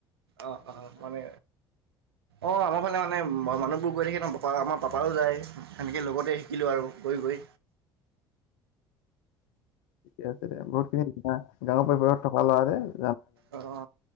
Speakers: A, on the right; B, on the left.
A: অ অ মানে অঁ আমাৰ ফালে মানে মানুহবোৰ গৈ থাকে ন, পাপা আমাৰ পাপাও যায় সেনেকৈ লগতে শিকিলোঁ আৰু গৈ গৈ
B: ঠিকে আছে দে বহুত খিনি <unintelligible> গাঁৱৰ পৰিৱেশত থকা ল
A: অ অ